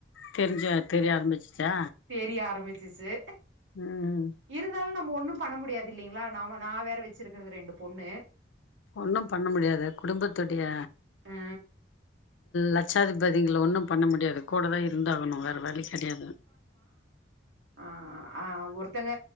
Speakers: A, on the left; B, on the right.
A: தெரிஞ்ச தெரிய ஆரம்பிச்சிச்சா
B: தெரிய ஆரம்பிச்சிச்சு
A: ம்
B: இருந்தாலு நம்ம ஒண்ணும் பண்ண முடியாது இல்லைங்ளா நாம நா வேற வச்சிருக்கறது ரெண்டு பொண்ணு
A: ஒண்ணும் பண்ண முடியாதே குடும்பத்துடைய
B: ஆ
A: லட்சாதிபதிங்கள ஒண்ணும் பண்ண முடியாது கூடவே இருந்தாகணு வேற வழி கிடையாது
B: அ ஆ ஒருத்தங்க